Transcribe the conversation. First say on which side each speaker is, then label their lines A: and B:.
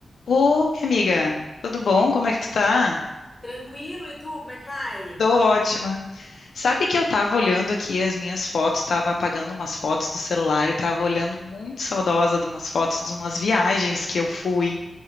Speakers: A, on the left; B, on the left.
A: Ô, minha amiga, tudo bom? Como é que tu tá?
B: Tranquilo, e tu, como é que vai?
A: Tô ótima. Sabe que eu tava olhando aqui as minhas fotos, tava apagando umas fotos do celular e tava olhando muito saudosa de umas fotos de umas viagens que eu fui.